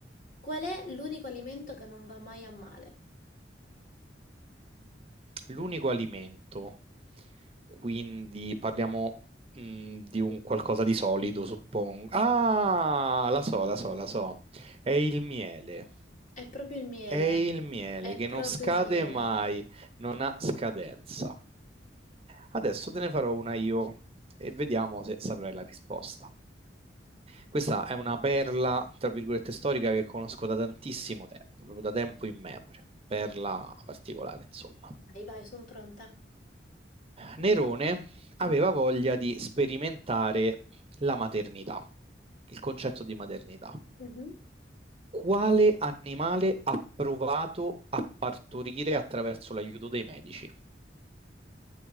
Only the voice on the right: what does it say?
L'unico alimento. Quindi parliamo mh, di un qualcosa di solido, suppongo. Ah, la so, la so, la so. È il miele.
È il miele
che
non scade
mai, non ha scadenza. Adesso te ne farò una io e vediamo se saprai la risposta. Questa è una perla, tra virgolette, storica che conosco da tantissimo tempo, proprio da tempo in memoria, perla particolare, insomma.
Nerone aveva voglia di sperimentare la maternità, il concetto di maternità.
Quale animale ha provato a partorire attraverso l'aiuto dei medici?